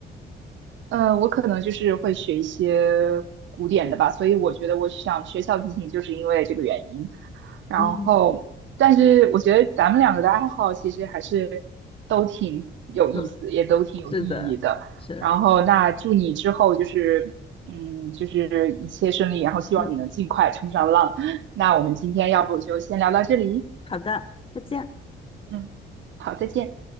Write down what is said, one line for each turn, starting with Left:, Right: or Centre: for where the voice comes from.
Right: 嗯，我可能就是会学一些古典的吧，所以我觉得我想学小提琴，就是因为这个原因。然后，
Left: 嗯，
Right: 但是我觉得咱们两个的爱好其实还是都挺有意思，
Left: 对，
Right: 也都挺有意义的。
Left: 是的，是，
Right: 然后，那祝你之后就是，嗯，就是一切顺利，然后希望你能尽快冲上浪。
Left: 嗯，
Right: <laughs> 那我们今天要不就先聊到这里，
Left: 好的，再见。
Right: 嗯，好，再见。